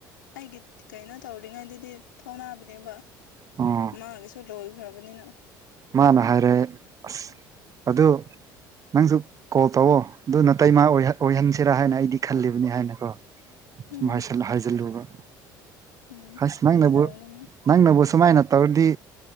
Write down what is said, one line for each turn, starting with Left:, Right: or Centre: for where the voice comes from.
Left: ꯑꯩꯒꯤ ꯀꯩꯅꯣ ꯇꯧꯔꯤꯉꯩꯗꯗꯤ ꯐꯥꯎꯅꯕꯅꯦꯕ
Right: ꯑꯣ
Left: ꯃꯥꯒꯤꯁꯨ ꯂꯣꯢꯈ꯭ꯔꯕꯅꯤꯅ
Right: ꯃꯥꯅ ꯍꯥꯢꯔꯦ ꯑꯁ ꯑꯗꯨ ꯅꯪꯖꯨ ꯀꯣꯜ ꯇꯧꯋꯣ ꯗꯨ ꯅꯇꯩꯃꯥ ꯑꯣꯢꯍ ꯑꯣꯢꯍꯟꯁꯤꯔꯥ ꯍꯥꯢꯅ ꯑꯩꯗꯤ ꯈꯜꯂꯤꯕꯅꯤ ꯍꯥꯢꯅꯀꯣ ꯁꯨꯝ
Left: ꯎꯝ
Right: ꯍꯥꯢꯁꯜ ꯍꯥꯢꯖꯜꯂꯨꯕ
Left: ꯎꯝ
Right: ꯑꯁ
Left: ꯐꯥꯒꯤ
Right: ꯅꯪꯅꯕꯨ
Left: ꯇꯧꯕꯅꯦ ꯃꯤ
Right: ꯅꯪꯅꯕꯨ ꯁꯨꯃꯥꯢꯅ ꯇꯧꯔꯗꯤ